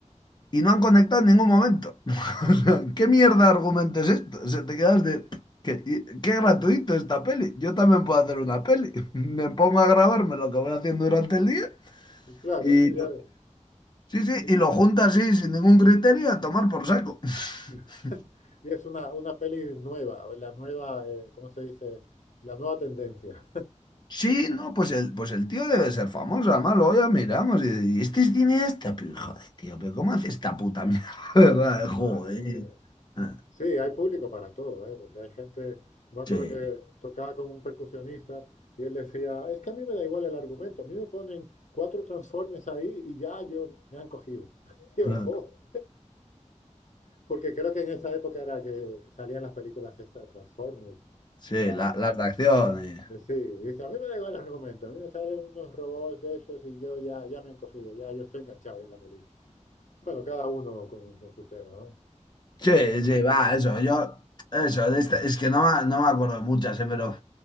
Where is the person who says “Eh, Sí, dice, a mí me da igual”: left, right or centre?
Left